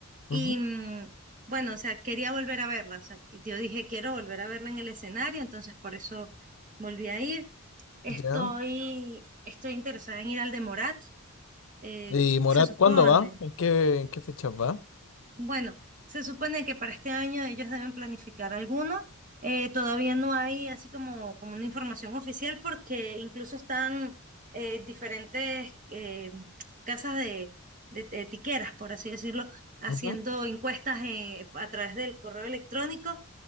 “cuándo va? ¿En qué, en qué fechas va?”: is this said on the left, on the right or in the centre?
Left